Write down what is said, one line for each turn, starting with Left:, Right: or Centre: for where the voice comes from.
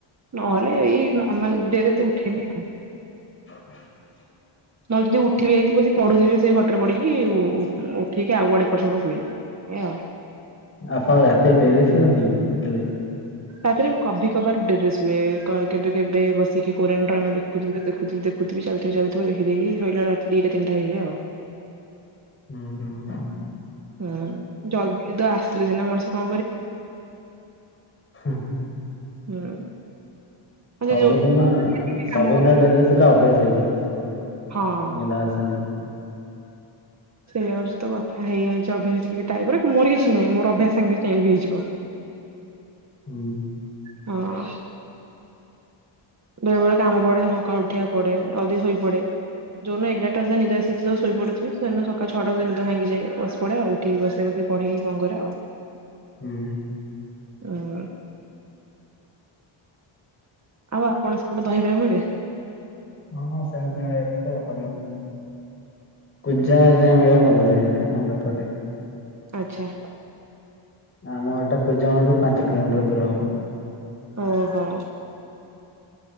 Right: ନହେଲେ ଏଇ ନର୍ମାଲ ଡେରେ ତ ଉଠେନି ଆଉ।
Left: <inaudible>
Right: ନହଲେ ଯଦି ଉଠିବି ଯାଇଥିବି ବସି ପଢୁଥିବି ସେଇ ଖଟରେ ପଡିକି ଉ ଉଠିକି ଆଉ କୁଆଡେ ଏପଡ ସେପଡ ହୁଏନି। ଏୟା ଆଉ।
Left: ଆପଣ ରାତିରେ ଡେରି ଶୁଅନ୍ତି କି ସେଥିଲାଗି?
Right: ତାରେ କଭିି କଭାର ଡେରିରେ ଶୁଏ। କ ଏ କେବେ କେବେ ବସିକି କୋରିଆନ ଡ୍ରାମା ଦେଖୁଥିବି ଦେଖୁଥିବି ଦେ ଦେଖୁଥିବି ଚାଲିଥିବ ଚାଲିଥିବ ଦେଖି ଦେଖି ଶୋଇଲା ବେଳକୁ ରାତି ଦିଟା ତିନିଟା ହେଇଯାଏ ଆଉ।
Left: ହୁଁ। ହୁଁ।
Right: ହୁଁ ଜଲଦି ନିଦ ଆସିଲେ ସିନା ମଣିଷ କଣ କରି
Left: ହୁଁ।
Right: ହୁଁ। ଯଦି
Left: ସବୁଦିନ-
Right: ଯୋଉଠି ବି
Left: ସବୁଦିନ
Right: କାମ କରୁ
Left: ଡେରିରେ ଶୁଇଲେ ଅଭ୍ୟାସ ହେଇଯାଏ। <unintelligible>
Right: ହଁ।
Left: ନିଦ ଆସେ ନାହିଁ
Right: ସେଇଆ ହଉଚି ତ କଥା ହେଇଯାଇଚି ଅଭ୍ୟାସ ଟିକେ ଟାଇପ୍ ର କିନ୍ତୁ ମୋର କିଛି ନାହିଁ ମୋର ଅଭ୍ୟାସ ସାଙ୍ଗେ ସାଙ୍ଗେ ଚେଞ୍ଜ୍ ହେଇଯିବ।
Left: ହୁଁ।
Right: ହଁ। ବେଳେ ବେଳେ କାମ ପଡେ ସକାଳୁ ଉଠିବାକୁ ପଡେ ଜଲ୍ଦି ଶୋଇ ପଡେ। ଯଉଦିନ ଏଗାରଟା ସୁଧା ନିଦ ଆସିଚିତ ଶୋଇ ପଡଥିବି ସେଇ ଦିନ ସକାଳ ଛଅଟା ସୁଧା ନିଦ ଭାଙ୍ଗି ଯାଏ ବସି ପଡେ ଆଉ। ଉଠିକି ବସେ ବୋଧେ ପଢେଇକି କଣ କରେ ଆଉ।
Left: ହୁଁ।
Right: ଅଁ। ଆଉ ଆପଣ ସେପଟେ ଦହିବରା ମିଳେ?
Left: ହଁ ହଁ ସେମିତି ମିଳେ ଏତେ ଭଲ <unintelligible>
Right: ଆଚ୍ଛା।
Left: ଆମ ଏଟା କୁଜଙ୍ଗ ରୁ ପାଞ୍ଚ କିଲୋମିଟର ଦୂର ହବ।
Right: ଓହୋ।